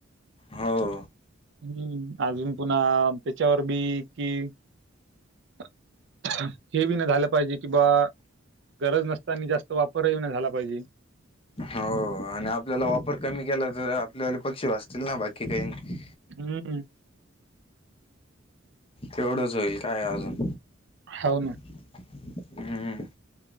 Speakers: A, on the left (about 30°); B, on the right (about 60°).
A: हो.
B: हम्म, अजून पुन्हा त्याच्यावर बी कि- हे बी नाही झालं पाहिजे. किंवा गरज नसताना, जास्त वापरही नाही झाला पाहिजे.
A: हो, आणि आपल्याला वापर कमी केला तर, आपल्याले पक्षी वाचतील ना बाकी काही.
B: हम्म,
A: तेवढंच होईल काय अजून.
B: होव न.
A: हम्म,